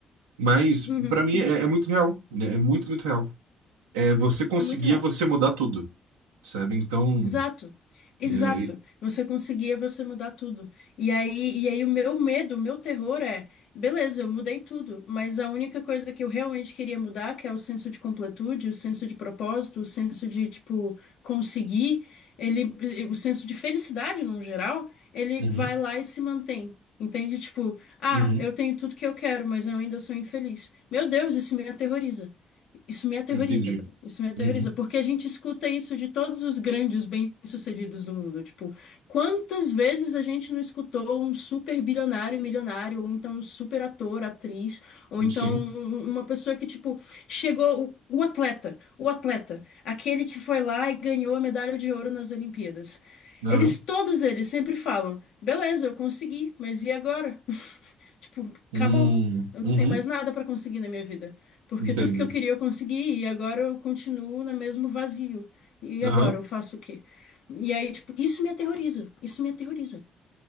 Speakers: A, on the right (about 85°); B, on the left (about 70°).
A: Mas,
B: Uhum.
A: pra mim, é, é muito real, né? É muito, muito real. É você conseguir,
B: É muito real.
A: é você mudar tudo sabe? Então,
B: Exato, exato.
A: é,
B: Você conseguia, você mudar tudo. E aí, e aí o meu medo, o meu terror é, beleza, eu mudei tudo, mas a única coisa que eu realmente queria mudar, que é o senso de completude, o senso de propósito, o senso de, tipo, conseguir, ele, eh, o senso de felicidade no geral, ele
A: uhum,
B: vai lá e se mantém. Entende? Tipo, ah,
A: uhum,
B: eu tenho tudo que eu quero, mas eu ainda sou infeliz. Meu Deus, isso me aterroriza. Isso me aterroriza,
A: entendi.
B: isso me aterroriza,
A: Uhum,
B: porque a gente escuta isso de todos os grandes bem-sucedidos do mundo. Tipo, quantas vezes a gente não escutou um super bilionário, milionário, ou então um super ator, atriz, ou então
A: sim,
B: um- uma pessoa que, tipo, chegou, o, o atleta, o atleta, aquele que foi lá e ganhou a medalha de ouro nas Olimpíadas.
A: aham,
B: Eles, todos eles, sempre falam: beleza, eu consegui, mas e agora? <laughs> Tipo,
A: hum,
B: acabou. Eu
A: uhum,
B: não tenho mais nada pra conseguir na minha vida, porque
A: entendo.
B: tudo que eu queria eu consegui e agora eu continuo no mesmo vazio. E
A: Aham,
B: agora eu faço o quê? E aí, tipo, isso me aterroriza. Isso me aterroriza.